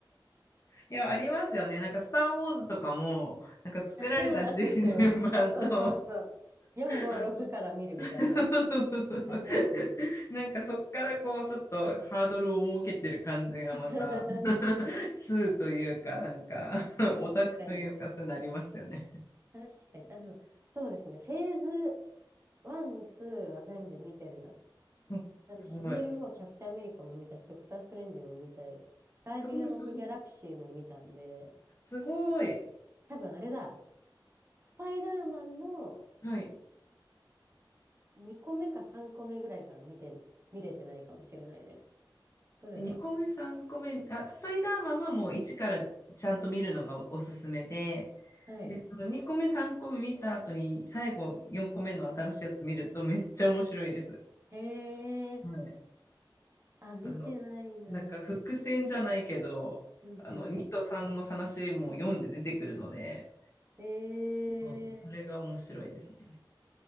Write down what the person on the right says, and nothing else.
あ、そうなんですよ。
そうそうそうそう。4、5、
6から見るみたいな、
ありますよね。
<laughs>
確かに。
確かに。あ、でも、そうですね。フェーズ1、2は全部見てるな。
なんで、シビルはキャプテンアメリカも見たし、ドクター・ストレンジも見たい。ガーディアン・
オブ・ギャラクシーも見たんで、
多分あれだ、スパイダーマンの
2個目か3個目ぐらいから見て、見れてないかもしれないです。どれだろ
う。はい。
へえ。
あ、見てないな。
うんうんうん。
えー、